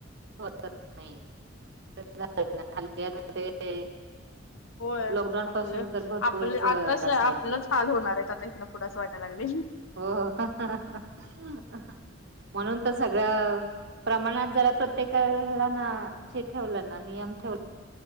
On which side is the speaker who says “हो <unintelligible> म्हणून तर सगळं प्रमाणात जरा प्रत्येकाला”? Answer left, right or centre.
Right